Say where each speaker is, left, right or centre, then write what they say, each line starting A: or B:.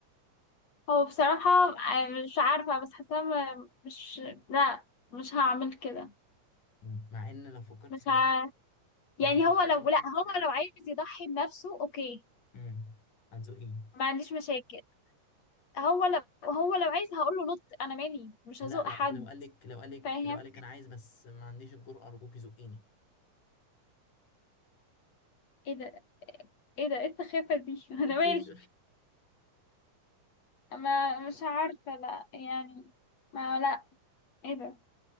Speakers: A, on the left (about 55°); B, on the left (about 80°).
A: هو بصراحة آه، مش عارفة بس حاسة م- مش لا مش هعمل كده
B: مم. مع ان لو فكرت
A: مش
B: فيها
A: ع...
B: لو
A: يعني
B: فكرت
A: هو
B: فيها
A: لو
B: من
A: لا
B: نفس
A: هو
B: الحاجة
A: لو عايز يضحي بنفسه اوكي
B: امم هتزقيه
A: ما عنديش مشاكل هو لو هو لو عايز هقول له نط انا مالي مش
B: لا
A: هزوق
B: لا
A: حد
B: لو قال لك لو قال لك
A: فاهم
B: لو قال لك انا عايز بس ما عنديش الجرأة ارجوكي زقيني
A: ايه ده ايه ده ايه السخافة دي <laughs> انا
B: ما مكسوفش
A: مالي
B: <laughs>
A: ما مش عارفة لا يعني ما لا ايه ده